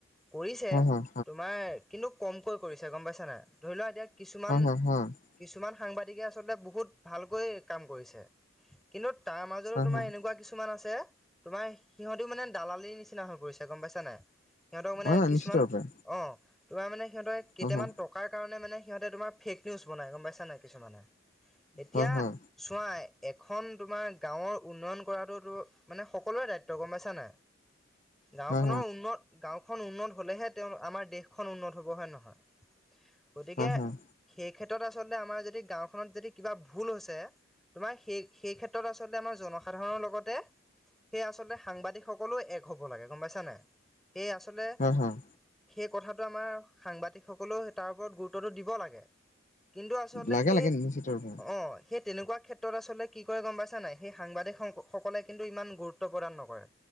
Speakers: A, in the centre; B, on the left.
A: কৰিছে,
B: হয় হয়
A: তোমাৰ কিন্তু কমকৈ কৰিছে গম পাইছা নাই, ধৰি লোৱা এতিয়া কিছুমান।
B: হয় হয় হয় হয়
A: কিছুমান সাংবাদিকে আচলতে বহুত ভালকৈ কাম কৰিছে। কিন্তু তাৰ মাজতো তোমাৰ
B: হয়
A: এনেকুৱা কিছুমান আছে। তোমাৰ সিহঁতেও মানে দালালিৰ নিচিনা হৈ পৰিছে গম পাইছা নে সিহঁতক মানে
B: হয় হয়
A: কিছুমান।
B: নিশ্চিত ৰূপে
A: অ তোমাৰ মানে সিহঁতে কেইটামান
B: হয় হয়
A: টকাৰ কাৰণে মানে সিহঁতে তোমাৰ ফেক নিউজ। বনাই গম পাইছা নাই, কিছুমানে এতিয়া।
B: হয় হয়
A: চোৱা এখন তোমাৰ গাঁৱৰ উন্নয়ন কৰাটোতো মানে সকলোৰে দায়িত্ব গম পাইছা নাই? গাঁওখনৰ
B: হয়
A: উন্নত। গাঁওখন উন্নত হ'লেহে তেওঁ আমাৰ দেশখন উন্নত হ'ব হয় নহয় গতিকে।
B: হয় হয়
A: সেই ক্ষেত্ৰত আচলতে আমাৰ যদি গাঁওখনত যদি কিবা ভুল হৈছে। তোমাৰ সেই সেই ক্ষেত্ৰত আচলতে আমাৰ জনসাধাৰণৰ লগতে। সেই আচলতে সাংবাদিকসকলেও এক হ'ব লাগে গম পাইছা নাই, সেয়ে আচলতে।
B: হয় হয়
A: সেই কথাটো আমাৰ সাংবাদিক সকলেও তাৰ ওপৰত গুৰুত্বটো দিব লাগে। কিন্তু আচলতে
B: লাগে
A: সেই
B: লাগে নিশ্চিত ৰূপে
A: অ'। সেই তেনেকুৱা ক্ষেত্ৰত আচলতে কি কৰে গম পাইছে নাই, সেই সাংবাদিক সকলে কিন্তু ইমান গুৰুত্ব প্ৰদান নকৰে।